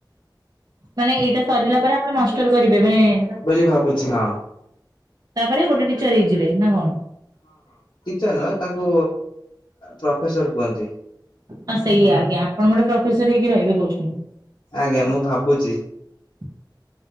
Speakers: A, on the right (about 55°); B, on the left (about 60°).
A: ମାନେ ଏଇଟା ସରିଲା ପରେ ଆପଣ ମଷ୍ଟର କରିବେ ମାନେ
B: ବୋଲି ଭାବୁଛି ହଁ।
A: ତାପରେ ଗୋଟେ ଟିଚର ହେଇଯିବେ ନା କଣ?
B: ଚର ନୁହେଁ ତାଙ୍କୁ ପ୍ରଫେସର କୁହନ୍ତି।
A: ହଁ ସେଇଆ ଆଜ୍ଞା ଆପଣ ଗୋଟେ ପ୍ରଫେସର ହେଇକି ରହିବେ କହୁଛନ୍ତି।
B: ଆଜ୍ଞା ମୁଁ ଭାବୁଛି